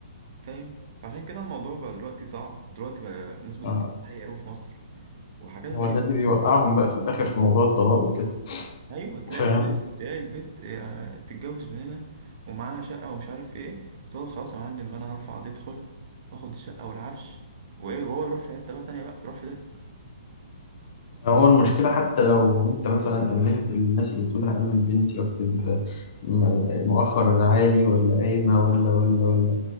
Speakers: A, on the right; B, on the left.
A: فاهم عشان كده الموضوع بقى دلوقتي صعب دلوقتي بقى نسبه
B: آه،
A: الطلاق عاليه قوي في مصر وحاجات غريبه
B: هو ده اللي بيوقعهم بقى في الآخر في موضوع الطلاق وكده
A: ايوه تلاقي
B: فاهم
A: بقى إيه، تلاقي البت آه، تتجوز من هنا ومعاها شقه ومش عارف ايه تقول خلاص يا معلم انا هرفع قضيه خلع واخد الشقه والعفش وايه وهو يروح في حته بقى تانيه بقى يروح في
B: هو المشكلة حتى لو أنت مثلا أمنت الناس اللي بتقول هأمن بنتي وأكتب م- مؤخر عالي ولا قايمة ولا ولا ولا